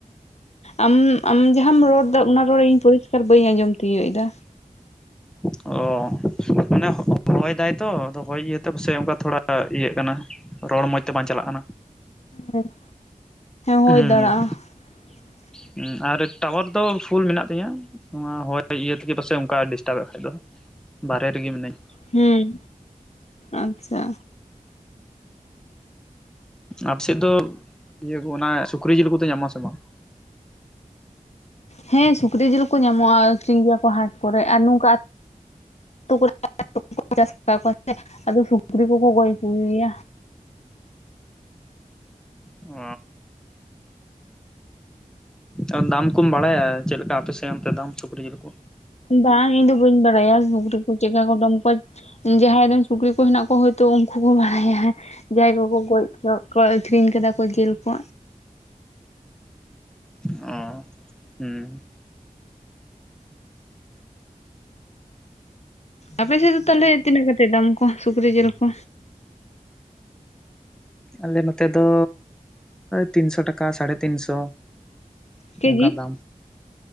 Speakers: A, on the left (about 50°); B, in the centre.
A: ᱟᱢ ᱟᱢ ᱡᱟᱦᱟᱸᱟᱢ ᱨᱚᱲ ᱮᱫᱟ ᱚᱱᱟ ᱨᱚᱲ ᱤᱧ ᱯᱚᱨᱤᱥᱠᱟᱨ ᱵᱟᱹᱧ ᱟᱸᱡᱚᱢ ᱛᱤᱭᱳᱜ ᱮᱫᱟ
B: ᱚ ᱢᱟᱱᱮ ᱦᱚᱭ ᱫᱟᱭ ᱛᱚ ᱟᱫᱚ ᱦᱚᱭ ᱤᱭᱟᱹᱛᱮ ᱯᱟᱥᱮ ᱚᱱᱠᱟ ᱛᱷᱚᱲᱟ ᱤᱭᱟᱹᱜ ᱠᱟᱱᱟ ᱨᱚᱲ ᱢᱚᱡᱽ ᱛᱮ ᱵᱟᱝ ᱪᱟᱞᱟᱜ ᱠᱟᱱᱟ
A: ᱦᱮᱸ
B: ᱦᱮᱸ
A: ᱦᱳᱭ ᱫᱟᱲᱮᱭᱟᱜᱼᱟ <unintelligible>
B: ᱦᱮᱸ ᱟᱨ ᱴᱟᱣᱟᱨ ᱫᱚ ᱯᱷᱩᱞ ᱢᱮᱱᱟᱜ ᱛᱤᱧᱟ ᱱᱳᱣᱟ ᱦᱚᱭ ᱤᱭᱟᱹ ᱛᱮᱜᱮ ᱯᱟᱥᱮ ᱚᱱᱠᱟ ᱰᱤᱥᱴᱟᱵᱮᱫ ᱠᱷᱟᱡ ᱫᱚ ᱵᱟᱨᱨᱮ ᱨᱮᱜᱮ ᱢᱤᱱᱟᱹᱧ
A: ᱦᱩᱸ ᱟᱪᱪᱷᱟ
B: ᱟᱯᱮ ᱥᱮᱫ ᱫᱚ ᱤᱭᱟᱹ ᱠᱚ ᱚᱱᱟ ᱥᱩᱠᱨᱤ ᱡᱤᱞ ᱠᱚᱫᱚ ᱧᱟᱢ ᱟᱥᱮ ᱵᱟᱝ
A: ᱦᱮᱸ ᱥᱩᱠᱨᱤ ᱡᱤᱞ ᱠᱚ ᱧᱟᱢᱚᱜᱼᱟ ᱟᱹᱠᱷᱨᱤᱧ ᱜᱮᱭᱟ ᱠᱚ ᱦᱟᱴ ᱠᱚᱨᱮ ᱟᱨ ᱱᱚᱝᱠᱟ ᱠᱚ ᱪᱟᱥ ᱠᱚᱣᱟ ᱥᱮ ᱟᱫᱚ ᱥᱩᱠᱨᱤ ᱠᱚᱠᱚ ᱜᱚᱡ ᱠᱚᱜᱮᱭᱟ
B: ᱚ ᱟ ᱫᱟᱢ ᱠᱚᱢ ᱵᱟᱲᱟᱭᱟ ᱪᱮᱫᱞᱮᱠᱟ ᱟᱯᱮ ᱥᱮᱫ ᱚᱱᱛᱮ ᱫᱟᱢ ᱥᱩᱠᱨᱤ ᱡᱮᱞ ᱠᱚ?
A: ᱵᱟᱝ ᱤᱧ ᱫᱚ ᱵᱟᱹᱧ ᱵᱟᱲᱟᱭᱟ ᱥᱩᱠᱨᱤ ᱠᱚ ᱪᱮᱜᱠᱟ ᱠᱚ ᱰᱟᱢ ᱠᱚᱣᱟ ᱡᱟᱦᱟᱸᱭ ᱨᱮᱱ ᱥᱩᱠᱨᱤ ᱠᱚ ᱦᱮᱱᱟᱜ ᱠᱚᱣᱟ ᱛᱚ ᱩᱱᱠᱩ ᱠᱚ ᱵᱟᱲᱟᱭᱟ ᱡᱟᱦᱟᱸᱭ ᱠᱚᱠᱚ ᱜᱚᱡ ᱜ ᱠᱚᱣᱟ ᱟᱹᱠᱷᱨᱤᱧ ᱠᱟᱫᱟ ᱠᱚ ᱡᱮᱞ ᱠᱚ
B: ᱚ ᱦᱮᱸ
A: ᱟᱯᱮ ᱥᱮᱫ ᱫᱚ ᱛᱟᱦᱚᱞᱮ ᱛᱤᱱᱟᱹᱜ ᱠᱟᱛᱮ ᱫᱟᱢ ᱠᱚ ᱥᱩᱠᱨᱤ ᱡᱮᱞ ᱠᱚ
B: ᱟᱞᱮ ᱱᱚᱛᱮ ᱫᱚ ᱛᱤᱱᱥᱚ ᱴᱟᱠᱟ ᱥᱟᱲᱮ ᱛᱤᱱ ᱥᱚ
A: ᱠᱮᱡᱤ
B: ᱚᱱᱠᱟ ᱫᱟᱢ